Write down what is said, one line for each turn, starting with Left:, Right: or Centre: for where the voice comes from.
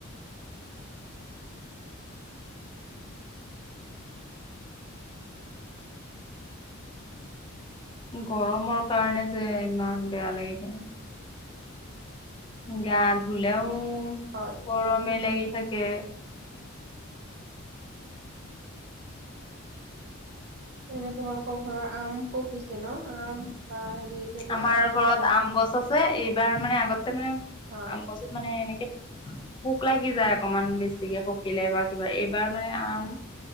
Left: গৰমৰ কাৰণে যে ইমান বেয়া লাগি থাকে। গা ধুলেও,
Right: হয় একেলগে
Left: গৰমে
Right: খোজকাঢ়ি
Left: লাগি থাকে।
Right: যেনে তোমালোকৰ ঘৰৰ আম পকিছে ন? আম। বা হেৰি এতিয়াতো
Left: আমাৰ
Right: আম
Left: ঘৰত
Right: জাম
Left: আম গছ আছে, এই। এইবাৰ মানে আগত। তাৰ মানে,
Right: হয়
Left: আম গছত মানে এনেকে। পোক লাগি যায় অকমান বেছিকে পকিলে, বা কিবা এই। বাৰ মানে আম।